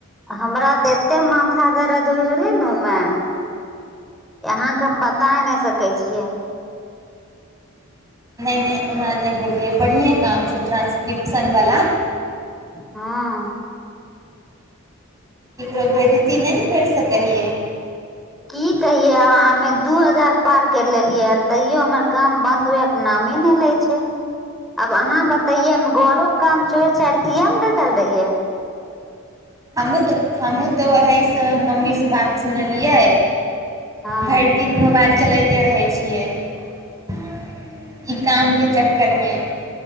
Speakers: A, in the centre; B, on the right.
A: हमरा तऽ एते माथा दर्द होइ रहलै न ओयमे यहाके हम बताय नै सकै छियै।
B: नहि नहि ओना नहि बोलियै बढ़िएँ काम छै ट्रान्सक्रिप्शनवला
A: हँ
B: ककरो बेज्जती नै न फेर स केलिए।
A: की कहियै अहाँ हमे दू हजार पार करि लेलियै हन तैयो हमर काम बन्द हुएके नामे नहि लै छै आब अहाँ बतैयै हम घरोे काम छोड़ि-छाइर इहाए मे बैठल रहियै
B: हमहुँ तऽ हमहहुँ तऽ ओहसँ मम्मीसँ बात सुनलियै
A: हँ
B: भरि दिन मोबाइल चलैते रहै छियै ई कामके चक्करमे